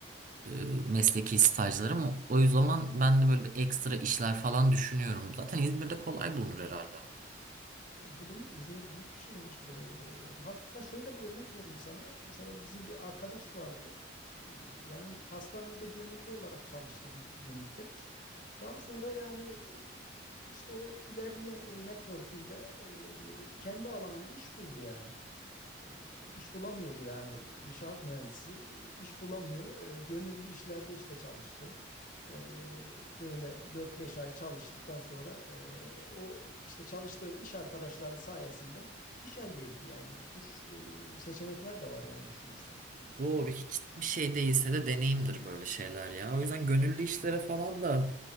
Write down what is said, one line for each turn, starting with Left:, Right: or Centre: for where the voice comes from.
Right: E, mesleki stajlarım. O zaman ben de böyle bir ekstra işler falan düşünüyorum. Zaten İzmir'de kolay bulunur
Left: Hı hı.
Right: herhalde.
Left: Ya bulunur. İzmir büyük bir şehir. Ee, hatta şöyle bir örnek vereyim sana. Mesela bizim bir arkadaş vardı. Ee, yani hastanede gönüllü olarak çalıştı bir, bir müddet. Daha sonra yani e, işte o ilerleyen o network'üyle e, kendi alanında iş buldu yani. E, iş bulamıyordu yani inşaat mühendisi e, iş bulamıyor. E, Gönüllü işlerde işte çalıştı. E, Böyle dört beş ay çalıştıktan sonra e, o işte çalıştığı iş arkadaşları sayesinde iş elde etti yani. Bu tür e, seçenekler de var yani düşünürsen.
Right: Doğru hiçbir şey değilse de deneyimdir böyle şeyler ya. O yüzden gönüllü işlere falan da